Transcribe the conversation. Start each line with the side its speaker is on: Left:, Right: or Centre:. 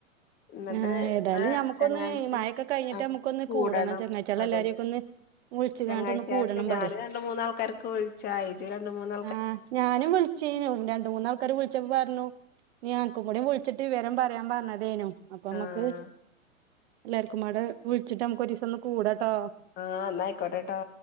Left: ന്ന്ട്ട്
Right: ആഹ് ഏതായാലും
Left: ന്നാ
Right: ഞമ്മുക്കൊന്ന്
Left: ചങ്ങായ്ച്ച
Right: മഴൊക്കെ കഴിഞ്ഞിട്ട്
Left: ആ
Right: നമുക്കൊന്ന്
Left: കൂടണം
Right: ചങ്ങാഴ്ചികളെ
Left: അതന്
Right: എല്ലാരെയൊക്കെ ഒന്ന് വിളിച്ചുകാണ്ട്
Left: ചെങ്ങായ്ച്യാൾക്ക്
Right: ഒന്ന് കൂടണം
Left: ഞാനും
Right: പറയ്
Left: രണ്ട് മൂന്നാൾക്കാർക്ക് വിൾച്ചാ ഇജ്ജ്‌ രണ്ട് മൂന്ന്
Right: ആഹ് ഞാനും വിളിചീനു രണ്ട് മൂന്നാൾക്കാര് വിളിച്ചപ്പോ പറഞ്ഞു നീ അൻക്കും കൂടി വിളിച്ച്ട്ട് വിവരം പറയാൻ പറഞ്ഞതേനു അപ്പൊ നമ്മക്ക്
Left: ആഹ്
Right: എല്ലാർക്കും അവിടെ വിളിച്ചിട്ട് നമ്മുക്ക് ഒരു ദിവസം ഒന്ന് കൂടാട്ടോ
Left: ആഹ് എന്നയിക്കോട്ടെട്ടോ